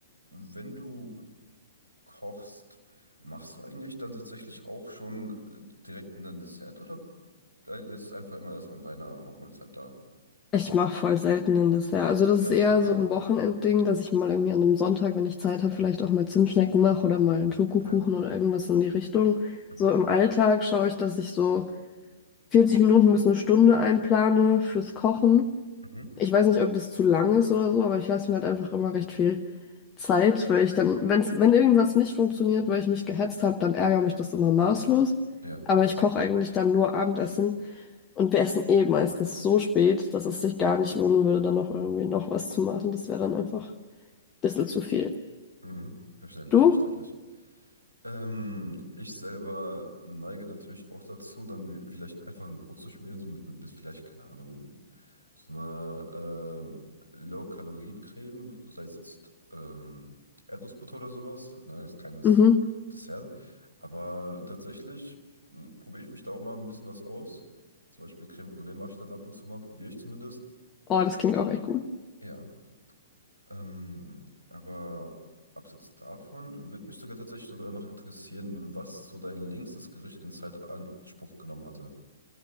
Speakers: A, on the right (about 80°); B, on the left (about 20°).
A: wenn du kochst, machst du eigentlich dann tatsächlich auch schon äh, direkt ein Dessert oder blei- lässt es einfach immer erstmal bei einer Hauptmahlzeit da?
B: Ich mache voll selten ein Dessert. Also das ist
A: Ah,
B: eher
A: okay.
B: so ein Wochenendding, dass ich mal irgendwie an einem Sonntag, wenn ich Zeit habe, vielleicht auch mal Zimtschnecken mache oder mal einen Schokokuchen
A: Ja.
B: oder irgendwas in die Richtung.
A: Mhm.
B: So im Alltag schaue ich, dass ich so 40 Minuten bis eine Stunde einplane fürs Kochen.
A: Mhm.
B: Ich weiß nicht, ob das zu lang ist oder so, aber ich lasse mir halt einfach immer recht viel Zeit, weil ich dann, wenn's, wenn irgendwas nicht funktioniert, weil ich mich gehetzt habe, dann ärgert mich das immer maßlos.
A: Ja,
B: Aber
A: das
B: ich
A: ist
B: koche
A: verständlich.
B: eigentlich dann nur Abendessen und wir essen eh meistens so spät, dass es sich gar nicht lohnen würde, dann noch irgendwie noch was zu machen. Das wäre dann einfach ein bisschen zu viel.
A: Mhm. Verständlich,
B: Du?
A: verständlich. Ähm, ich selber neige natürlich auch dazu, dann wie- vielleicht einfach ein Brot zu schmieren, so mit, mit bis vielleicht, keine Ahnung, so einer ähm, Low-Kalorien-Creme, sei es jetzt ähm, Erdnussbutter oder sowas, halt, ne, als kleines
B: Mhm.
A: Dessert. Aber tatsächlich m, probiere ich mich da auch mal ein bisschen was aus. Zum Beispiel Creme Brûlée mache ich dann ab und zu mal, probiere ich zumindest.
B: Oh, das klingt auch echt gut.
A: Ja. Ähm, aber abseits davon würde mich sogar tatsächlich sogar noch interessieren, was so dein längstes Gericht in Zeit Anspruch genommen hatte.